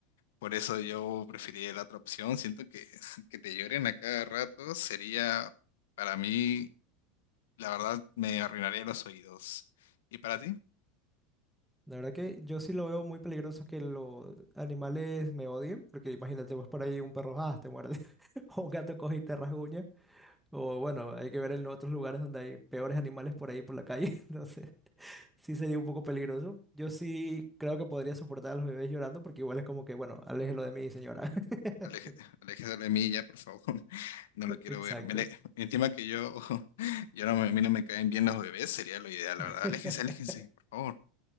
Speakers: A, on the left; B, in the centre.
A: Por eso yo preferiría la otra opción. Siento que, <laughs> que te lloren a cada rato sería, para mí, la verdad, me arruinaría los oídos. ¿Y para ti?
B: La verdad que yo sí lo veo muy peligroso que los animales me odien, porque imagínate, pues por ahí un perro ah, te muerde, <laughs> o un gato coge y te rasguña, o bueno, hay que ver en otros lugares donde hay peores animales por ahí por la calle, <laughs> entonces sí sería un poco peligroso. Yo sí creo que podría soportar a los bebés llorando, porque igual es como que, bueno, aléjelo de mí, señora. <laughs> Exacto.
A: Aleje- <laughs> Aléjese de mí ya, por favor. <laughs> No lo quiero
B: Exacto.
A: ver. Me le- Encima que yo, <laughs> yo no, me- a mí no me caen bien los bebés, sería lo ideal, la
B: <laughs>
A: verdad. Aléjense, aléjense, por favor.